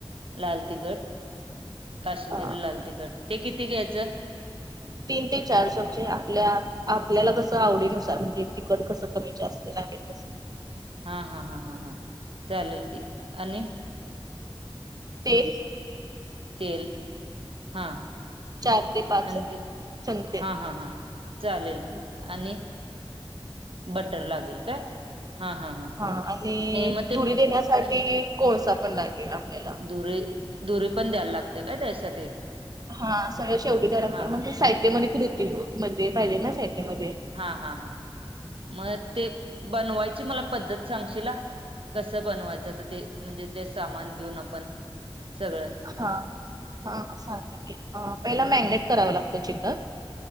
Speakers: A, on the right; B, on the right.
A: लाल तिखट काश्मीर
B: अ
A: लाल तिखट ते किती घ्यायचं?
B: तीन ते चार चमचे आपल्या आपल्याला कसं आवडीनुसार म्हणजे तिकट कसं कमी जास्त लागेल कस
A: हा हा हा हा हा चालेल की आणि
B: तेल
A: तेल हा
B: चार ते पाच
A: आणि ते
B: चमचे
A: हा हा हा. चालेल आणि बटर लागेल काय हा हा.
B: हा आणि
A: मग ते
B: धुरी देण्यासाठी कोळसा पण लागेल आपल्याला.
A: दुरी धुरी पण द्यायला लागते काय त्यासाठी.
B: हा सगळ्या शेवटीदार
A: हा
B: आपल्या
A: हा
B: म्हणजे साहित्यमध्ये कृती मध्ये पाहिजे ना साहित्यमध्ये
A: हा हा हा मग ते बनवायची मला पद्धत सांगशील हा. कसं बनवायचं त ते म्हणजे ते सामान घेऊन आपण सगळं.
B: हा हा सांगते की पहिला मॅग्नेट कराव लागतो चिकन.